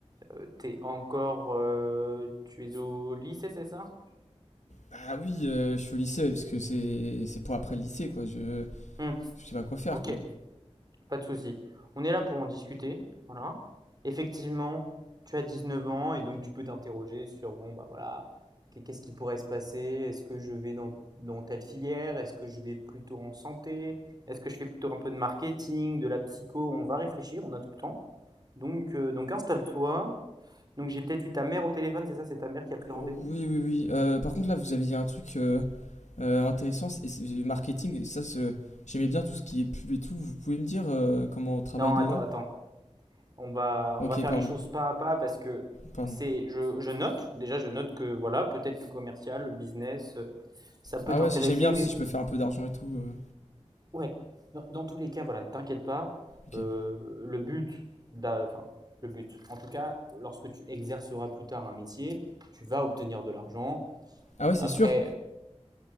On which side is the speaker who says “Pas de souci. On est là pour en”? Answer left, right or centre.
Right